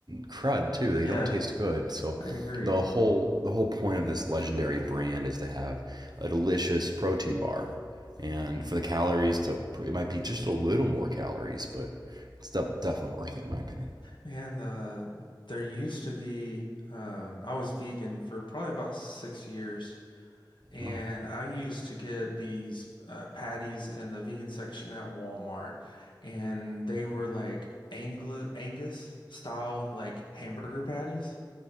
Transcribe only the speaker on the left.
Yeah,
I agree.
Man, the there used to be um I was vegan for probably about six years and
I used to get these uh, patties in the vegan section at Walmart and they were like Angli Angus style like hamburger patties